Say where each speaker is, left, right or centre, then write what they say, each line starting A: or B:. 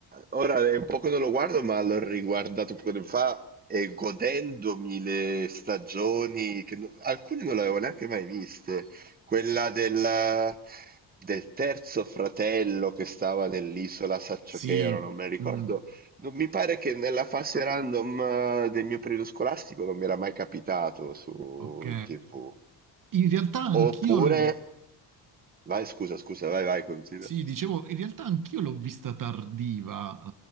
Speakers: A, on the right (about 20°); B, on the right (about 45°).
A: ora è un po' che non lo guardo, ma l'ho riguardato poco tempo fa e godendomi le stagioni, che no- alcune non le avevo neanche mai viste. Quella del, del terzo fratello che stava nell'isola Saccio
B: sì,
A: Chero, non me la ricordo
B: mm,
A: non mi pare che nella fase random eh, del mio periodo scolastico non mi era mai capitato su,
B: ok.
A: in TV.
B: In realtà anch'io
A: Oppure,
B: lo
A: vai, scusa, scusa, vai, vai, considera.
B: Sì, dicevo, in realtà anch'io l'ho vista tardiva,